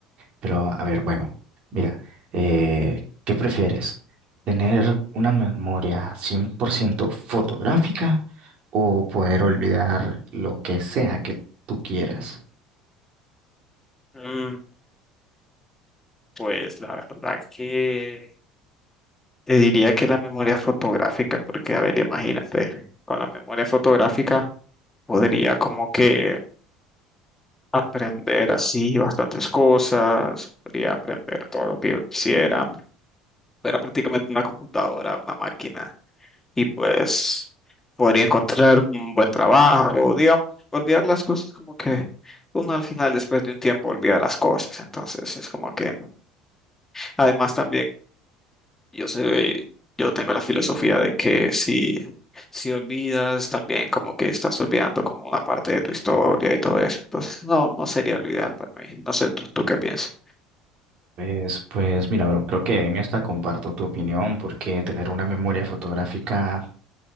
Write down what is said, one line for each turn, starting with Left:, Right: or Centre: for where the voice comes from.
Right: Pero a ver, bueno, mira, eh, ¿qué prefieres? ¿Tener una memoria 100% fotográfica o poder olvidar lo que sea que tú quieras?
Left: Mm, Pues la verdad que te diría que la memoria fotográfica, porque a ver, imagínate, con la memoria fotográfica podría como que aprender así bastantes cosas, podría aprender todo lo que yo quisiera, Era prácticamente una computadora, una máquina. y pues podría encontrar un buen trabajo, digamos, olvidar las cosas como que uno al final después de un tiempo olvida las cosas, entonces es como que además también yo soy, yo tengo la filosofía de que si, si olvidas también como que estás olvidando como una parte de tu historia y todo eso, entonces no, no sería olvidar para mí, no sé, ¿tú, tú qué piensas?
Right: Pues, pues mira, bro, creo que en esta comparto tu opinión porque tener una memoria fotográfica